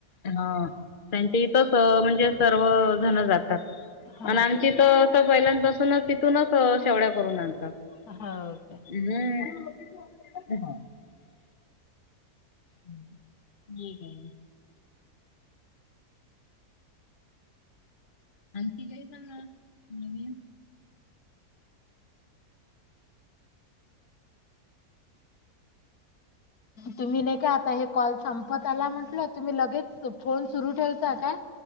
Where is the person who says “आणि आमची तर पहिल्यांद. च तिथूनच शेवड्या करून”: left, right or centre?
Left